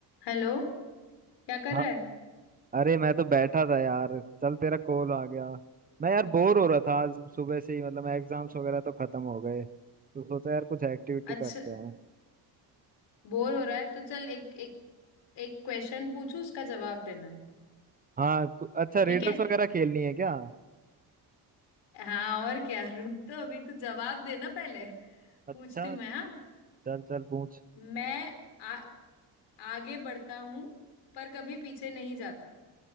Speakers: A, on the left; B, on the right.
A: Hello क्या कर
B: हाँ
A: रहा है
B: अरे मैं तो बैठा था यार चल तेरा कॉल आ गया मैं यार बोर हो रहा था आज सुबह से ही मतलब एग्जाम्स वगैरह तो खत्म हो गए तो सोचा यार कुछ एक्टिविटी
A: अच्छा
B: करते हैं
A: बोर हो रहा है तो चल एक एक एक क्वेश्चन पूछू उसका जवाब देना
B: हाँ कु- अच्छा
A: ठीक
B: रिडल्स
A: है
B: वगैरह खेलनी है क्या
A: हाँ और क्या <laughs> रुक तो अभी तू जवाब देना पहले
B: अच्छा
A: पूछती हूँ मैं हाँ
B: चल चल पूछ
A: मैं आ, आगे बढ़ता हूँ पर कभी पीछे नहीं जाता